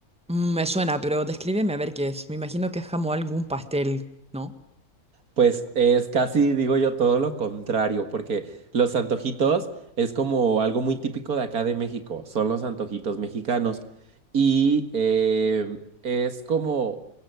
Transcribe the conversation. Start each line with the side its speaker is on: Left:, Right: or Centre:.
Centre: Mm, me suena, pero descríbeme a ver qué es. Me imagino que es como algún pastel, ¿no?
Right: Pues es casi, digo yo, todo lo contrario, porque los antojitos es como algo muy típico de acá de México, son los antojitos mexicanos y eh, es como